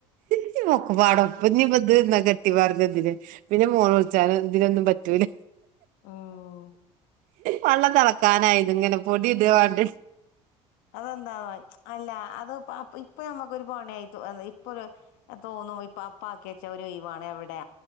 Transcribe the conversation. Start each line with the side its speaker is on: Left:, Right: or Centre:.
Left: <unintelligible>
Right: <unintelligible> എന്നാ കെട്ടി പറഞ്ഞന്തിന് പിന്നെ മോൾവിളിച്ചാലും ഇതിനൊന്നും പറ്റൂല.
Left: ആഹ്
Right: വെള്ളം തെളക്കാനായിതിങ്ങനെ പൊടി ഇടവാണ്ട
Left: അതെന്താ അല്ല അത്പ്പ ഇപ്പൊ നമ്മുക്കൊരു പണിയായിട്ടു ഇപ്പൊ ഒരു തോന്നും ഇപ്പൊ അപ്പ ആക്കി വെച്ചരോയിവാണവടെ.